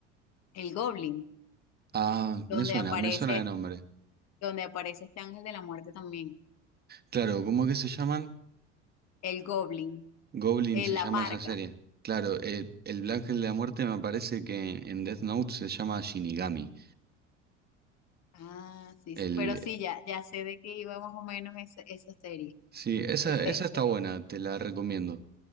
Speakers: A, on the left; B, on the right.
A: El Goblin,
B: Ah, me
A: donde
B: suena,
A: aparece,
B: me suena de nombre.
A: donde aparece este ángel de la muerte también,
B: Claro, ¿cómo que se llaman?
A: el Goblin,
B: Goblin
A: eh,
B: se
A: la
B: llama
A: parca.
B: esa serie. Claro, el, el Black Ángel de la Muerte me parece que en Death Note se llama Shinigami.
A: Ah, sí,
B: El,
A: sí, pero sí, ya, ya sé de qué iba más o menos esa, esa serie.
B: sí, esa,
A: Ese,
B: esa está
A: ese-
B: buena, te la recomiendo.